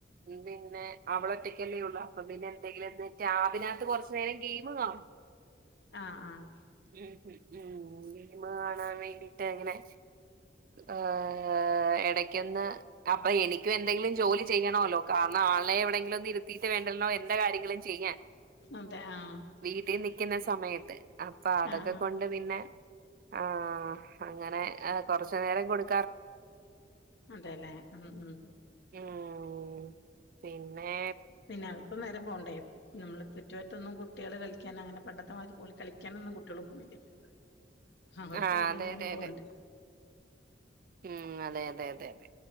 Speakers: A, on the right (about 50°); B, on the left (about 70°).
A: പിന്നെ അവള് ഒറ്റക്കല്ലേ ഒള്ള് അപ്പൊ പിന്നെ എന്തെങ്കിലൊന്ന് ടാബിനാത്ത് കൊറച്ച് നേരം ഗെയിമ് കാണും
B: ആഹ് ആഹ്
A: ഉം ഉം ഗെയിമ് കാണാൻ വേണ്ടീട്ട് ഇങ്ങനെ ആഹ് എടക്കൊന്ന് അപ്പ എനിക്കു എന്തെങ്കിലും ജോലി ചെയ്യണോല്ലൊ കാരണം ആളെ എവിടെങ്കിലൊന്ന് ഇര്ത്തീട്ട് വേണ്ടല്ലൊ എന്റെ കാര്യങ്ങളും ചെയ്യാൻ
B: അതെ ആഹ്
A: വീട്ടി നിക്കുന്ന സമയത്ത് അപ്പൊ അതൊക്കെ
B: ആഹ് ആഹ്
A: കൊണ്ട് പിന്നെ ആഹ് അങ്ങനെ കൊറച്ച് നേരം കൊട്
B: അതേല്ലെ ഉം ഉം
A: ഉം പിന്നെ
B: പിന്നെ അവർക്കും നേരം പോണ്ടേ നമ്മള് തെറ്റ്പറ്റൊന്നും കുട്ടികള് കളിക്കാന് അങ്ങനെ പണ്ടത്തെമാരി ഓല് കളിക്കാനൊന്നും കുട്ടികൾ പോവില്ലല്ലോ അവർക്ക്
A: ആഹ്
B: പിന്നെ
A: അതെ
B: നേരം
A: അതെ
B: പോവണ്ടേ
A: അതെ ഉം അതെ അതെ അതെ അതെ